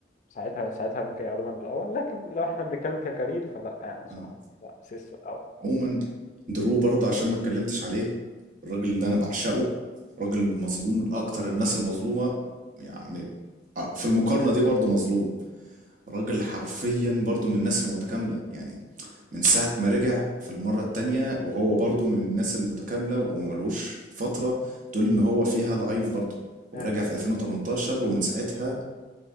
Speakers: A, on the left; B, on the right.
A: ساعتها ساعتها ممكن يبقى رومان الأول لكن لو احنا بنتكلم ككارير فلا يعني صراحة
B: اه
A: لا سيس الأول
B: عموما درو برضه عشان ما اتكلمتش عليه الراجل ده انا بعشقه راجل مظلوم من اكتر الناس المظلومه يعني ع- في المقارنه دي برضه مظلوم راجل حرفيا برضو من الناس المتكاملة يعني من ساعة ما رجع في المرة التانية وهو برضو من الناس المتكاملة وملوش فترة تقول ان هو فيها ضعيف برضو هو
A: أيوه
B: رجع في 2018 ومن ساعتها